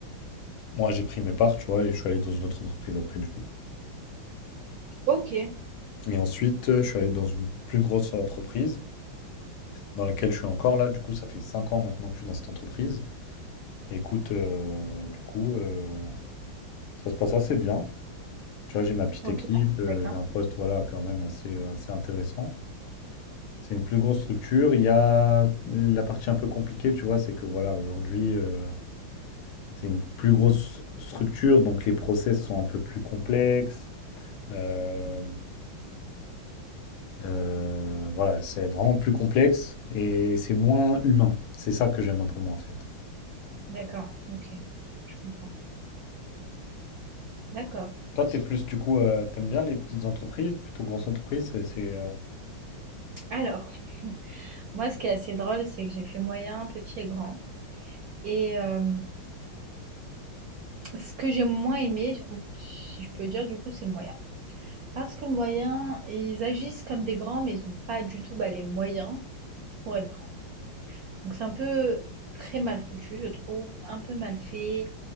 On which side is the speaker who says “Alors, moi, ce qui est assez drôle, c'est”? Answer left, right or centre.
Right